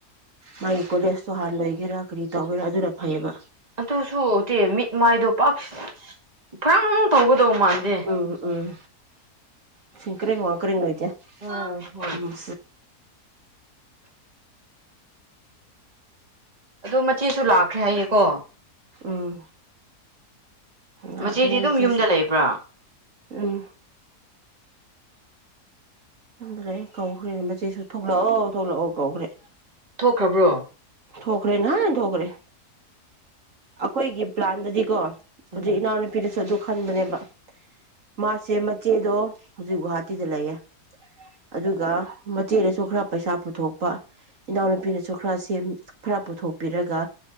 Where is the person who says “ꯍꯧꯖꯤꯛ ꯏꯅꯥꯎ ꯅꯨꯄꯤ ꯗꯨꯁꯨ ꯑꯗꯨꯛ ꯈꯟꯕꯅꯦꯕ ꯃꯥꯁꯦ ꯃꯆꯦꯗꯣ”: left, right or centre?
Right